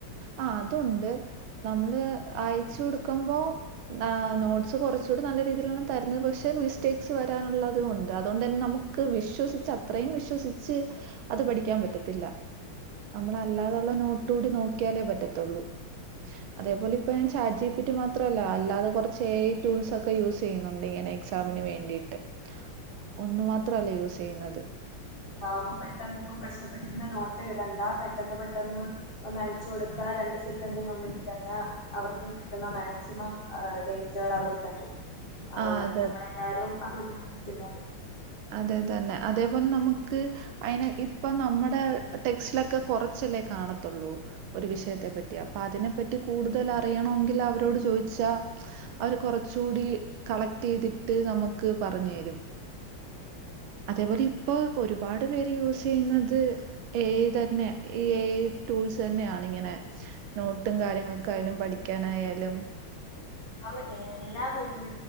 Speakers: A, on the right; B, on the left.
A: ആഹ് അതുണ്ട് നമ്മള് അയച്ച് കൊടുക്കുമ്പോ ആഹ് നോട്ട്സ് കുറച്ചൂടി നല്ല രീതിയിലാണ് തരുന്നത് പക്ഷെ മിസ്റ്റേക്സ് വരാനുള്ളതും ഉണ്ട് അതുകൊണ്ട് തന്നെ നമുക്ക് വിശ്വസിച്ച അത്രയും വിശ്വസിച്ച് അത് പഠിക്കാൻ പറ്റത്തില്ല നമ്മളല്ലാതുള്ള നോട്ടുകൂടി നോക്കിയാലേ പറ്റത്തുള്ളൂ അതേപോലെപ്പ ഞാൻ ചാറ്റ് ജി പി ടി മാത്രല്ല അല്ലാതെ കൊറച്ച് ഏ ഐ ടൂൾസ് ഒക്കെ യൂസ് യ്യുന്നുണ്ട് ഇങ്ങനെ എക്സാമിന് വേണ്ടിയിട്ട് ഒന്നു മാത്രല്ല യൂസ്യ്യുന്നത്
B: അതാവുമ്പോ പെട്ടെന്ന് ഇപ്പം കഷ്ടപ്പെട്ടിരുന്ന നോട്ട് എഴുതണ്ടാ പെട്ടെന്ന് പെട്ടെന്ന് ഒന്ന അയച്ചു കൊടുത്താ രണ്ട് സെക്കൻ്റിനുള്ളിൽ തന്നെ അവർക്ക് കിട്ടുന്ന മാക്സിമം ഡേറ്റള് അവര് തരും അതൊണ്ടാണ്
A: ആ അതെ
B: നമ്മളെല്ലാരും അത് ഉപയോഗിക്കുന്നത്
A: അതെതന്നെ അതേപോലെ നമുക്ക് അയിന് ഇപ്പൊ നമ്മുടെ ടെക്സ്റ്റിലൊക്കെ കുറച്ചല്ലേ കാണത്തുള്ളൂ ഒരു വിഷയത്തെ പറ്റി അപ്പൊ അതിനെ പറ്റി കൂടുതൽ അറിയണങ്കിൽ അവരോട് ചോയിച്ചാ അവര് കൊറച്ചുടി കളക്ട് എയ്‌തിട്ട് നമുക്ക് പറഞ്ഞേരും അതേപോലെ ഇപ്പൊ ഒരുപാട് പേര് യൂസയ്യുന്നത് ഏ ഐ തന്നെ ഈ ഏ ഐ ടൂൾസ് തന്നെയണ ഇങ്ങനെ നോട്ടും കാര്യങ്ങളൾക്കായാലും പഠിക്കാനായാലും
B: അപ്പ എല്ലാ മേഖല